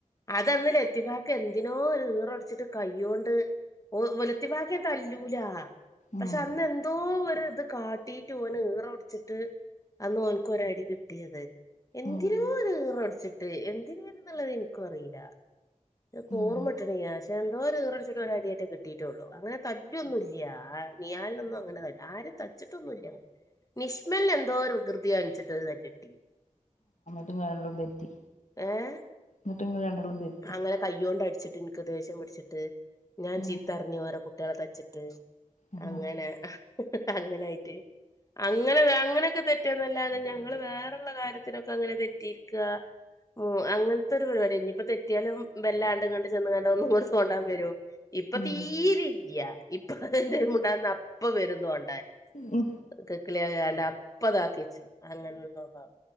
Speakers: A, on the left; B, on the left.
A: അതന്നല <unintelligible> എന്തിനോ ഒരു ഈറടിച്ചിട്ട് കൈ്യൊണ്ട് ഓ വെലുത്തിവാക്കിയ തല്ലൂല പക്ഷെ
B: ഉം
A: അന്ന് എന്തോ ഒരു ഇത് കാട്ടി ന് ഈറ ഒടിച്ചിട്ട് അന്ന് ഓനക്ക് ഒരടി കിട്ടിയത് എന്തിനോ
B: ഉം
A: ഈറോടിച്ചിട്ട് എന്തിനായി എന്നുള്ളത് എനിക്കും അറിയില്ല കൂർമുട്ടണീ
B: ഉം
A: പക്ഷെ എന്തോര ീററിടിച്ചിട്ട വനാട ആായിട്ട കിട്ടിയിട്ടുള്ളു അങ്ങനെ തല്ലൊന്നുംല്ല ആ നിയാലിനൊന്നും അങ്ങനെ ത ആരും തച്ചിട്ടൊന്നുംല്ല അങ്ങനെ നിഷ്മൽ എന്തോ ഒരു വികൃതിയാണിച്ചിട്ട് ഒരു തല്ല്ട്ടി
B: നട്ടങ്ങ രണ്ടെോം തെറ്റത്തി
A: ഏഹ്
B: നിട്ടുംങ്ങ രണ്ടെള്ളം തെറ്റി
A: അങ്ങനെ കയ്യൊണ്ട് അടിച്ചിട്ട് ഇൻ ക്ക് ദേഷ്യം പിടിച്ചിട്ട് ഞാൻ
B: ഉം
A: ചീത്തറിഞ് വേ റെ കുട്ട്യാ ളെ തച്ചിട്ട്
B: ആഹ്
A: അങ്ങനെ അങ്ങനായിട്ട് അങ്ങനെ അങ്ങനക്കെ തെറ്റന്നല്ലാതെ ഞങ്ങള് വേറള്ള കാര്യത്തിനൊക്കെ അങ്ങനെ തെറ്റിയിരിക ഉ അങ്ങനത്തെ ഒരു പരിവാ ടി ഇനിയിപ്പൊ തെ തെറ്റി ലും വെല്ലാണ്ട് കണ്ട് ചെന്ന് ഒന്നും കൂടി തോണ്ടാൻ വരും ഇപ്പൊ
B: ഉം
A: തീരില്ല്യാ ഇപ്പൊ എന്തെങ്കിലും മു ണ്ടാതന്ന അപ്പ വരു തോണ്ടാന്
B: ഉ
A: കി ക്കിളിയയാ ണ്ട് അപ്പതാക്കിച്ചു അങ്ങനെസ്വഭാവ